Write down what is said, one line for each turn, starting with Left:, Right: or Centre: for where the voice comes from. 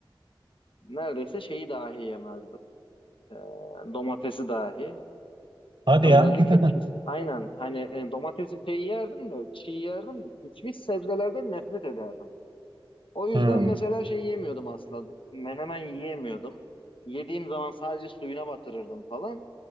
Left: neredeyse şeyi dahi yemezdim. E, domatesi dahi.
Right: Hadi
Left: Özellikle
Right: ya. <laughs>
Left: pis, aynen hani e, domatesi şey yerdim de çiğ yerdim de pişmiş sebzelerden nefret ederdim. O yüzden
Right: Hmm,
Left: mesela şey yemiyordum asla. Menemen yiyemiyordum. Yediğim zaman sadece suyuna batırırdım falan.